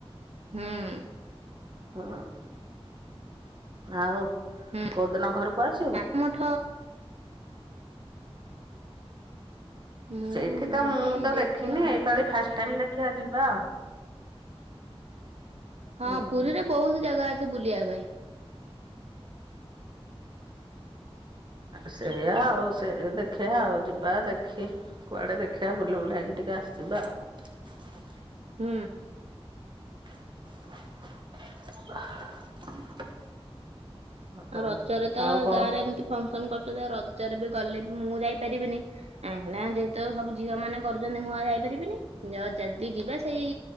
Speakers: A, on the right; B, on the right.
A: ହୁଁ।
B: ହଁ ଆଉ
A: ହୁଁ
B: କୋଉଦିନ ଘରକୁ ଆସିବୁ?
A: ନାଥ ମଠ ମୁଁ
B: ସେଇଠି ତ
A: ଯିବି
B: ମୁଁ ତ
A: ଦେଖିବା
B: ଦେଖିନି
A: ଆଉ
B: ଏଇପାଳି ଫାଷ୍ଟ ଟାଇମ୍ ଦେଖ ଦେଖିଆ ଯିବା ଆଉ।
A: ହଁ
B: ହୁଁ
A: ପୁରୀରେ ବହୁତ ଜାଗା ଅଛି ବୁଲିବା ପାଇଁ।
B: ସେଇଆ ଆଉ ସେ ଦେଖିବା ଆଉ ଯିବା ଦେଖି କୁଆଡେ ଦେଖିବା ବୁଲି ବୁଲାକି ଟିକେ ଆସିିବା ଆଉ।
A: ହୁଁ।
B: <unintelligible> ହଉ।
A: ଆଉ ରଜରେ ତ
B: ଆଉ କଣ
A: ଗାଁ ରେ ଏମିତି ଫଙ୍କସନ କରି ରଜରେ ବି ଗଲେ ବି ମୁଁ ଯାଇପାରିବିନି କାହିଁକି ନା ଯେହେତୁ ସବୁ ଝିଅ ମାନେ କରୁଛନ୍ତି ମୁଁ ଆଉ ଯାଇପାରିବିନି ଯଦି ଯିବା ସେଇ